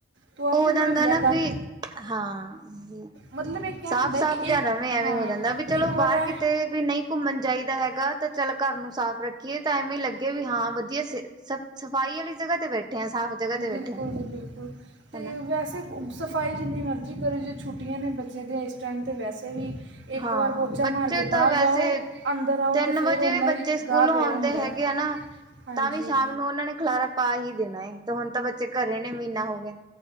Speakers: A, on the right; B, on the right.
A: ਤੂੰ ਆਪੇ
B: ਉਹ
A: ਮਾਰ
B: ਜਾਂਦਾ
A: ਲਿਆ
B: ਨਾ
A: ਕਰ
B: ਵੀ, ਹਾਂ ਜ
A: ਮਤਲਬ ਇਹ ਕਿਆ
B: ਸਾਫ਼
A: ਹੁੰਦਾ
B: ਸਾਫ਼
A: ਕਿ
B: ਜਾਂ
A: ਇੱਕ
B: ਰਵੇਂ ਐਵੇਂ
A: ਹਾਂ
B: ਹੋ ਜਾਂਦਾ ਵੀ, ਚਲੋ
A: ਇੱਕ ਵਾਰ
B: ਬਾਹਰ
A: ਐ
B: ਕਿਤੇ ਵੀ ਨਹੀਂ ਘੁੰਮਣ ਚਾਹੀਦਾ ਹੈਗਾ, ਤਾਂ ਚੱਲ ਘਰ ਨੂੰ ਸਾਫ਼ ਰੱਖ। ਕੀ ਤਾਂ ਐਵੇਂ ਹੀ ਲੱਗੇ, ਵੀ ਹਾਂ ਵਧੀਆ ਸ ਸ ਸਫ਼ਾਈ ਵਾਲੀ ਜਗ੍ਹਾ ਤੇ ਬੈਠੇ ਆ ਸਾਫ਼। ਜਗ੍ਹਾ ਤੇ
A: ਬਿਲਕੁਲ
B: ਬੈਠੇ ਆ
A: ਜੀ ਬਿਲਕੁਲ ਤੇ,
B: ਹਨਾ
A: ਵੈਸੇ ਸਫ਼ਾਈ ਜਿੰਨੀ ਮਰਜ਼ੀ ਕਰੀ ਛੁਟੀਆਂ ਨੇ ਬੱਚਿਆਂ ਦੀਆਂ, ਇਸ ਟਾਈਮ ਤੇ ਵੈਸੇ ਵੀ ਇੱਕ
B: ਹਾਂ
A: ਵਾਰ ਪੋਚਾ
B: ਬੱਚੇ
A: ਮਾਰ ਕੇ
B: ਤਾਂ
A: ਬਾਹਰ
B: ਵੈਸੇ
A: ਜਾਓ, ਅੰਦਰ ਆਓ
B: ਤਿੰਨ
A: ਅਤੇ ਫਿਰ
B: ਵਜੇ
A: ਉਨਾਂ
B: ਬੱਚੇ ਸਕੂਲੋਂ
A: ਗਾਹ ਪਿਆ
B: ਆਉਂਦੇ
A: ਹੁੰਦਾ।
B: ਹੈਗੇ ਆ ਨਾ
A: ਹਾਂਜੀ
B: ਤਾਂ ਵੀ ਸ਼ਾਮ ਨੂੰ ਉਹਨਾਂ ਨੇ ਖੁਲਾਰਾ ਪਾ ਹੀ ਦੇਣਾ, ਤੇ ਹੁਣ ਤਾਂ ਬੱਚੇ ਘਰੇ ਨੇ ਮਹੀਨਾ ਹੋ ਗਿਆ।